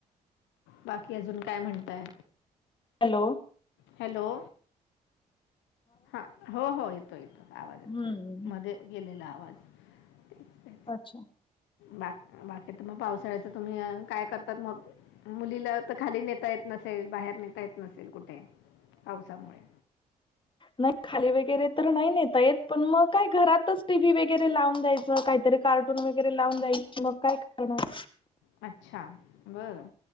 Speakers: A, on the left; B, on the left.
A: बाकी अजून काय म्हणताय?
B: हॅलो
A: हॅलो हा, हो हो येतोय येतो ना आवाज. येतोय.
B: हम्म
A: मध्ये गेलेला आवाज. तेच ते
B: अच्छा
A: बा बाकी त मग पावसाळ्याच तुम्ही काय कर तात मग मुलीला त खाली नेता येत नसेल, बाहेर नेता येत नसेल कुठे पावसामुळे
B: नाही खाली वगैरे तर नाही नेता येत. पण म काय घरातच टी व्ही वगैरे लावून द्यायचं. काहीतरी कार्टून वगैरे लावून द्यायची मग काय करणार.
A: अच्छा, बरं